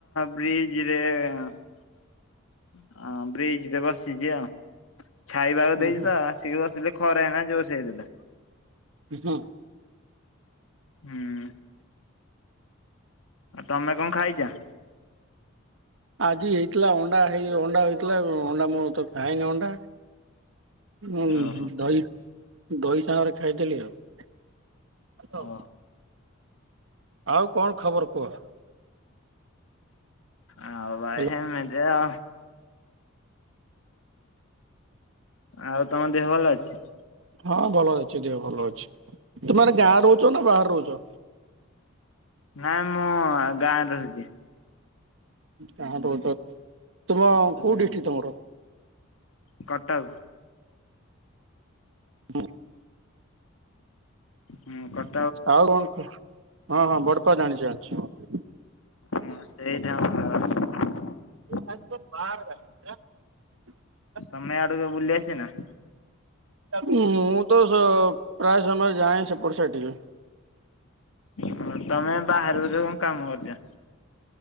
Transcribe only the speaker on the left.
ବ୍ରିଜ ରେ ହଁ ବ୍ରିଜ। ଏ ବସିଚି ଆଉ, ଛାଇପାଗ
ଦେଇଚି
ତ ଆସିକି ବସିଲେ ଖରା ହେଇନା <unintelligible>
ହୁଁ। ଆଉ ତମେ କଣ ଖାଇଚ?
ଓହୋ
ଓ
ଆଉ ଭାଇ
ଏମିତି ଆ। ଆଉ ତମ ଦେହ ଭଲ ଅଛି?
ନାଇଁ ମୁଁ ଗାଁରେ ରହୁଚି।
ହୁଁ
କଟକ।
ହୁଁ କ
ହଁ ସେଇଟା ଆମ <unintelligible>
ସମୟ ଆଡକୁ ବୁଲି ଆସି ନା
ହ ତମେ ବାହାରୁଚ କଣ କାମ ଅଛି ଆ